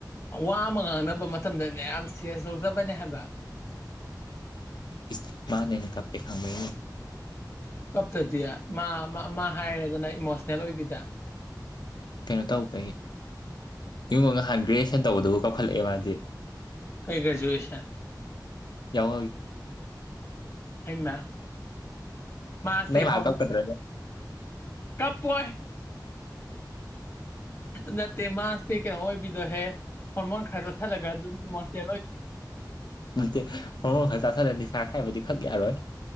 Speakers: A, on the left (about 35°); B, on the left (about 75°).
A: ꯋꯥꯃꯒ ꯈꯪꯅꯕ ꯃꯇꯝꯗꯅꯦ ꯌꯥꯝ ꯁꯤꯔꯤꯌꯁ ꯂꯧꯖꯕꯅꯦ ꯍꯥꯏꯕ
B: ꯎ ꯃꯥꯅꯦꯅ ꯀꯞꯄꯩ ꯈꯪꯗ
A: ꯀꯞꯇꯗꯤ ꯃꯥ ꯃꯥ ꯍꯥꯏꯔꯦꯗꯅ ꯏꯃꯣꯁꯅꯦꯜ ꯑꯣꯏꯕꯤꯗ
B: ꯀꯩꯅꯣ ꯇꯧꯈꯩ ꯌꯨꯡꯉꯒ ꯅꯍꯥꯟ ꯒ꯭ꯔꯦꯖꯨꯑꯦꯁꯟ ꯇꯧꯕꯗꯕꯨ ꯀꯧꯈꯠꯂꯛꯑꯦꯕ ꯃꯥꯗꯤ
A: ꯀꯩ ꯀꯔꯖꯨꯣꯏꯁ
B: ꯌꯥꯎ
A: ꯍꯡꯅ ꯃꯥꯁꯦ
B: ꯅꯪ
A: ꯍ
B: ꯂꯥꯛꯑ ꯀꯞꯀꯗ꯭ꯔꯥ
A: ꯀꯞ ꯄꯥꯏ ꯅꯠꯇ ꯃꯥꯁ ꯄꯦ ꯀ ꯍꯣꯏꯕꯤꯤꯗꯣ ꯍꯦ ꯃ ꯈꯖꯁꯥ ꯂꯒ ꯑꯗꯨ ꯃꯁꯦ
B: ꯍꯣꯏꯖ ꯁꯖ ꯅꯤꯁꯥ ꯍꯥꯏꯥꯏꯕꯗꯤ ꯈꯛ ꯌꯥꯔꯣꯏ